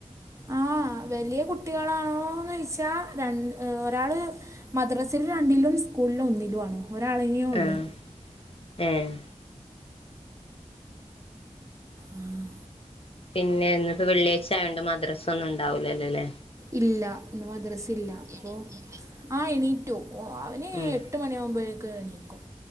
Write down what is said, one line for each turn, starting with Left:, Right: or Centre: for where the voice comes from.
Right: ആഹ് വലിയ കുട്ടികളാണോന്ന് ചോദിച്ചാൽ രണ്ട് ഒരാള് മദ്രസില് രണ്ടിലും സ്കൂളില് ഒന്നിലും ആണ് ഒരാളെന്നെയേ ഉള്ളു
Left: ആഹ് ഏഹ്
Right: ആഹ്
Left: പിന്നെ ഇന്നിപ്പം വെള്ളിയാഴ്ച ആയോണ്ട് മദ്രസ ഒന്നും ഉണ്ടാവൂലല്ലോ അല്ലേ
Right: ഇല്ല ഇന്ന് മദ്രസ ഇല്ല അപ്പൊ ആ എണീറ്റു ഓ അവന്
Left: ഉം
Right: എട്ട് മണിയാവുമ്പഴേക്ക്‌ എണീക്കും